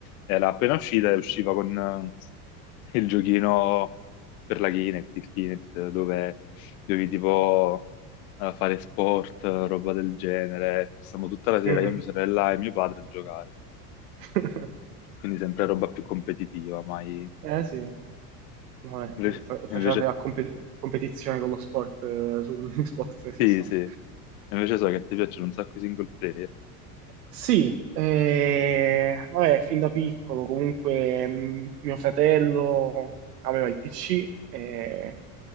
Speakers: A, on the left; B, on the right.
A: era appena uscita e usciva con eh, il giochino per la Kinect, il Kinect, dove dovevi tipo eh, fare sport, roba del genere. Passammo tutta la sera,
B: mhm.
A: io, mia sorella e mio padre a giocare.
B: <laughs>
A: Quindi sempre roba più competitiva, mai...
B: Eh sì, vabbè,
A: Invece,
B: fa- facevate
A: invece-
B: la compe- competizione con lo sport eh, su <laughs> Xbox 360.
A: sì, sì. Invece so che ti piacciono un sacco i single player.
B: Sì, eh, vabbè, fin da piccolo comunque mh, mio fratello aveva il PC e,